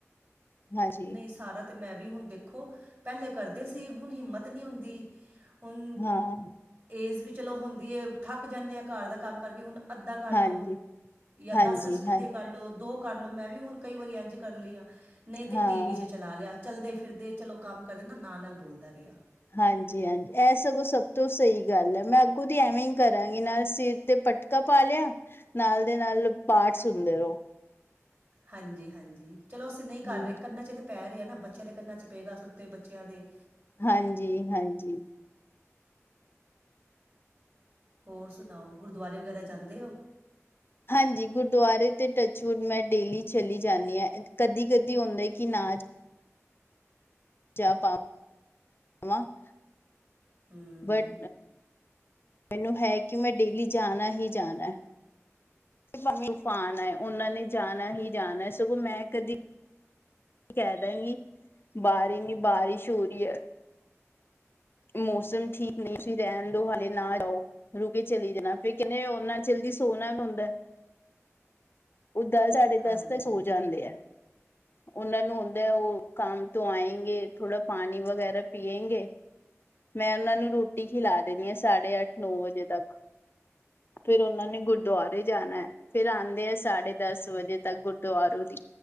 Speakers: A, on the left; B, on the right.
A: ਹਾਂਜੀ
B: ਨਹੀਂ ਸਾਰਾ ਤੇ ਮੈਂ ਵੀ ਹੁਣ ਦੇਖੋ, ਪਹਿਲੇ ਕਰਦੇ ਸੀ ਹੁਣ ਹਿੰਮਤ ਨੀ ਹੁੰਦੀ। ਹੁਣ
A: ਹਾਂ।
B: ਏਜ਼ ਵੀ ਚਲੋ ਹੁੰਦੀ ਏ, ਥੱਕ ਜਾਂਨੇ ਹਾਂ ਘਰ ਦਾ ਕੰਮ ਕਰਕੇ, ਹੁਣ ਅੱਧਾ ਕਰ
A: ਹਾਂਜੀ
B: ਲਉ ਜਾਂ
A: ਹਾਂਜੀ
B: ਦਸ ਅਸਟਪਦੀਆ
A: ਹਾਂ
B: ਕਰ ਲਓ ਦੋ ਕਰ ਲਓ ਮੈਂ ਵੀ ਹੁਣ ਕਈ ਵਾਰੀ ਇਂਝ ਹੀ ਕਰ ਲਈ ਆ ਨਹੀਂ ਤਾਂ
A: ਹਾਂ।
B: ਟੀ ਵੀ ਚ ਚਲਾ ਲਿਆ ਚੱਲਦੇ ਫਿਰਦੇ ਚਲੋ ਕੰਮ ਕਰਦੇ ਨਾ ਨਾਲ ਨਾਲ ਬੋਲਦਾ ਰਿਹਾ
A: ਹਾਂਜੀ ਹਾਂਜੀ ਇਹ ਸਗੋਂ ਸਭ ਤੋਂ ਸਹੀ ਗੱਲ ਹੈ ਮੈਂ ਅੱਗੋਂ ਦੀ ਐਵੇਂ ਹੀ ਕਰਾਂਗੀ ਨਾਲ ਸਿਰ ਤੇ ਪਟਕਾ ਪਾ ਲਿਆ ਨਾਲ ਦੇ ਨਾਲ ਪਾਠ ਸੁਣਦੇ ਰਹੋ
B: ਹਾਂਜੀ ਹਾਂਜੀ ਚਲੋ ਅਸੀਂ ਨਹੀਂ ਕਰ
A: ਹਮ
B: ਰਹੇ ਕੰਨਾਂ ਚ ਤੇ ਪੈ ਰਹੇ ਆ ਨਾ ਬੱਚਿਆਂ ਦੇ ਕੰਨਾਂ ਚ ਪੇਗਾ ਸੁੱਤੇ ਬੱਚਿਆਂ ਦੇ
A: ਹਾਂਜੀ ਹਾਂਜੀ,
B: ਹੋਰ ਸੁਣਾਓ ਗੁਰਦੁਆਰੇ ਵਗੈਰਾ ਜਾਂਦੇ ਹੋ
A: ਹਾਂਜੀ ਗੁਰਦੁਆਰੇ ਤੇ ਟਚਵੁੱਡ ਮੈਂ ਡੇਲੀ ਚਲੀ ਜਾਂਦੀ ਹਾਂ ਕਦੀ ਕਦੀ ਹੁੰਦਾ ਕਿ ਨਾ ਚ ਪਾ <unintelligible>
B: ਹਮਮਮਮ
A: ਬਟ ਮੈਨੂੰ ਹੈ ਕਿ ਮੈਂ ਡੇਲੀ ਜਾਣਾ ਹੀ ਜਾਣਾ ਭਾਵੇਂ ਉਫਾਨ ਆਏ ਉਹਨਾਂ ਨੇ ਜਾਣਾ ਹੀ ਜਾਣਾ ਸਗੋਂ ਮੈਂ ਕਦੀ ਕਹਿਦਾਗੀ ਬਾਹਰ ਏਨੀ ਬਾਰਿਸ਼ ਹੋ ਰਹੀ ਹੈ। ਮੌਸਮ ਠੀਕ ਨਹੀਂ ਰਹਿਣ ਦਓ ਹਾਲੇ ਨਾ ਜਾਓ। ਰੁਕ ਕੇ ਚਲੀ ਜਾਣਾ ਫਿਰ ਕਹਿੰਦੇ ਓਨਾ ਜਲਦੀ ਸੋਨਾ ਵੀ ਹਉਦਾ ਉਹ ਦਸ ਸਾਢੇ ਦਸ
B: ਹਾਂਜੀ
A: ਤੇ ਸੋ ਜਾਂਦੇ ਹੈ ਉਹਨਾਂ ਨੂੰ ਹੁੰਦਾ ਉਹ ਕੰਮ ਤੌ ਆਏਂਗੇੇ ਥੋੜਾ ਪਾਣੀ ਵਗੈਰਾ ਪੀਏਗੇ ਮੈਂ ਉਹਨਾਂ ਨੂੰ ਰੋਟੀ ਖਿਲਾ ਦੇਣੀਆਂ ਸੀ ਸਾਢੇ ਅੱਠ ਨੌ ਵਜੇ ਤੱਕ ਫਿਰ ਉਹਨਾਂ ਨੇ ਗੁਰਦੁਆਰੇ ਜਾਣਾ ਹੈ ਫਿਰ ਆਉਂਦੇ ਆ ਸਾਢੇ ਦਸ ਵਜੇ ਤੱਕ ਗੁਰਦੁਆਰੋ ਦੀ।